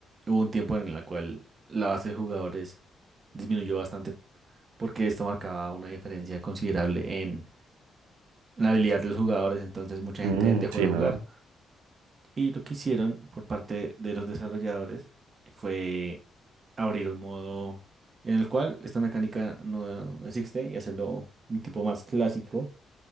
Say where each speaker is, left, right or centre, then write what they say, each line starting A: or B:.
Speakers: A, on the right (about 50°); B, on the right (about 80°).
A: hubo un tiempo en el cual la base de jugadores disminuyó bastante porque esto marcaba una diferencia considerable en la habilidad de los jugadores, entonces mucha
B: Mm,
A: gente dejó
B: sí,
A: de jugar.
B: no.
A: Y lo que hicieron por parte de los desarrolladores fue abrir un modo en el cual esta mecánica no existe y hacerlo un tipo más clásico